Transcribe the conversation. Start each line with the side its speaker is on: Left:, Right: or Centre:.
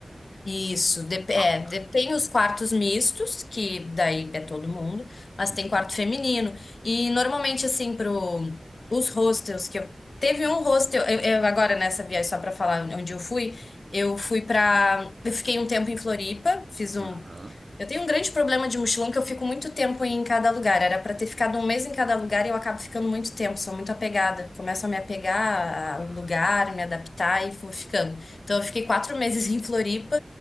Left: Isso, dep- é,
Right: Ah.
Left: de- tem os quartos mistos, que daí é todo mundo, mas
Right: Uhum.
Left: tem quarto feminino. E normalmente, assim, pro, os hostels que eu. Teve um hostel, eu, eu agora nessa viagem, só pra falar onde eu fui, eu fui pra. Eu fiquei um tempo em Floripa, fiz
Right: Aham.
Left: um eu tenho um grande problema de mochilão que eu fico muito tempo em cada lugar. Era pra ter ficado um mês em cada lugar e eu acabo ficando muito tempo, sou muito apegada. Começo a me apegar
Right: Ah.
Left: ao lugar, me adaptar e vou ficando. Então eu fiquei quatro <laughs> meses em Floripa